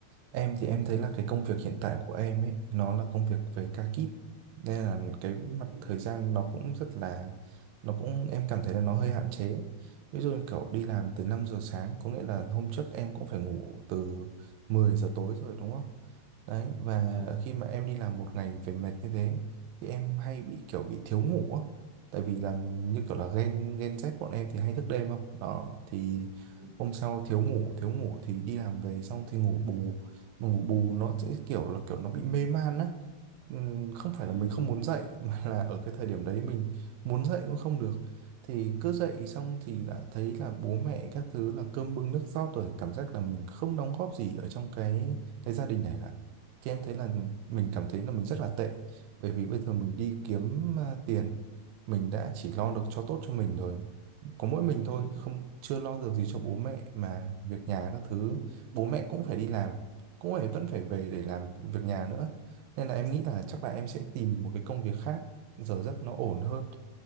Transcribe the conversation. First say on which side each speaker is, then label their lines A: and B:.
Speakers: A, on the right (about 80°); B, on the right (about 30°).
A: em thì em thấy là cái công việc hiện tại của em ấy, nó là công việc về ca kíp. Nên là cái mặt
B: ừ
A: thời gian nó cũng rất là, nó cũng em cảm thấy là nó hơi hạn chế. Ví dụ như kiểu đi làm từ 5 giờ sáng, có nghĩa là hôm trước em cũng phải ngủ từ 10 giờ tối rồi đúng không? Đấy, và
B: ừ
A: khi mà em đi làm một ngày về mệt như thế, thì em hay bị kiểu bị thiếu ngủ á. Tại vì là như
B: ừ
A: kiểu là gen, gen Z bọn em thì hay thức đêm không? Đó, thì
B: ừ
A: hôm sau thiếu ngủ thiếu ngủ thì đi làm về xong thì ngủ bù mà ngủ bù nó sẽ kiểu là kiểu nó bị mê man á Ừm, không phải
B: <laughs>
A: là mình không muốn dậy <laughs> mà là ở cái thời điểm đấy
B: ừ
A: mình muốn dậy cũng không được thì cứ dậy xong thì đã thấy là bố mẹ các thứ là cơm bưng nước rót rồi cảm giác là mình không đóng góp gì ở trong cái cái gia đình này cả thì em thấy là mình cảm thấy là mình rất là tệ bởi vì bây giờ mình đi kiếm à, tiền mình đã chỉ lo được cho tốt cho mình rồi có mỗi mình thôi
B: ừ
A: không chưa lo được gì cho bố mẹ mà việc nhà các thứ
B: ừ
A: bố mẹ cũng phải đi làm cũng phải vẫn phải về để
B: ừ
A: làm việc nhà nữa nên là em nghĩ là chắc
B: ừ
A: là em sẽ tìm một cái công việc khác giờ giấc nó ổn hơn